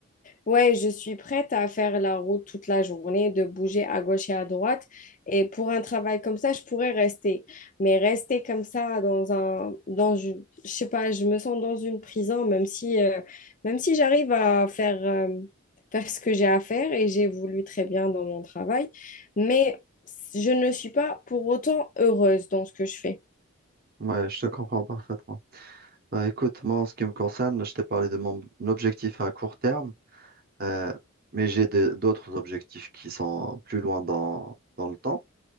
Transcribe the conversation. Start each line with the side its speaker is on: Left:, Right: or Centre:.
Left: Ouais, je suis prête à faire la route toute la journée, de bouger à gauche et à droite. Et pour un travail comme ça, je pourrais rester. Mais rester comme ça dans un, dans, une- je sais pas, je me sens dans une prison, même si, euh, même si j'arrive à faire, euh, faire ce que j'ai à faire et j'évolue très bien dans mon travail. Mais je ne suis pas pour autant heureuse dans ce que je fais.
Right: Ouais, je te comprends parfaitement. Bah, écoute, moi, en ce qui me concerne, je t'ai parlé de mon mon objectif à court terme, euh, mais j'ai de- d'autres objectifs qui sont plus loin dans, dans le temps.